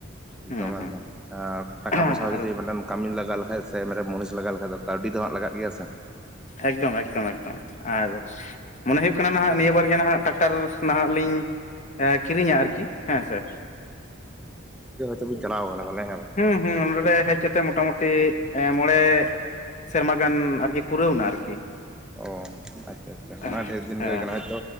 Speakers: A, on the left (about 35°); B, in the centre.
A: ᱦᱮᱸ
B: ᱮᱠᱫᱚᱢ -
A: ᱦᱮᱸ
B: ᱮᱠᱫᱚᱢ ᱮ ᱴᱟᱠᱟ
A: ᱟᱨ
B: ᱯᱚᱭᱥᱟ ᱡᱩᱫᱤ ᱢᱮᱴᱟᱝ ᱠᱟᱹᱢᱤ ᱞᱟᱜᱟᱣ ᱞᱮᱠᱷᱟᱡ ᱥᱮ᱾ ᱢᱚᱱᱤᱥ ᱞᱟᱜᱟᱣ ᱞᱮᱠᱷᱟᱡ ᱫᱚ ᱠᱟᱹᱣᱰᱤ ᱫᱚ ᱦᱟᱸᱜ ᱞᱟᱜᱟ-ᱜ ᱜᱮᱭᱟ ᱥᱮ
A: ᱮᱠᱫᱚᱢ, ᱮᱠᱫᱚᱢ, ᱮᱠᱫᱚᱢ ᱟᱨ ᱢᱚᱱᱮ ᱦᱩᱭᱩᱜ ᱠᱟᱱᱟ ᱱᱟᱦᱟᱸᱜ ᱱᱤᱭᱟᱹ ᱵᱟᱨ ᱜᱮ ᱱᱟᱦᱟᱸᱜ ᱴᱟᱠᱴᱟᱨ ᱱᱟᱦᱟᱸᱜ ᱞᱤᱧ ᱠᱤᱨᱤᱧᱟ ᱟᱨᱠᱤ ᱦᱮᱸ ᱥᱮ
B: ᱛᱚᱵᱮ ᱪᱟᱞᱟᱣ ᱠᱟᱱᱟ ᱦᱮᱹ ᱵᱟᱝ
A: ᱦᱩᱸ ᱦᱩᱸᱰᱮ ᱦᱮᱡ ᱠᱟᱛᱮ ᱢᱚᱴ ᱢᱩᱴᱤᱼᱼ ᱴᱤ ᱢᱚᱬᱮ ᱥᱮᱨᱢᱟ ᱜᱟᱱ ᱟᱨᱠᱤ ᱯᱩᱨᱟᱹᱣᱱᱟ ᱟᱨᱠᱤᱼᱼ
B: ᱚ ᱟᱪᱪᱷᱟ ᱟᱪᱪᱷᱟ
A: ᱦᱮᱸ
B: ᱢᱟ ᱰᱷᱮᱨ ᱫᱤᱱ
A: ᱦᱮᱸ
B: ᱜᱮ ᱦᱩᱭ ᱠᱟᱱᱟ ᱦᱚᱭᱛᱚ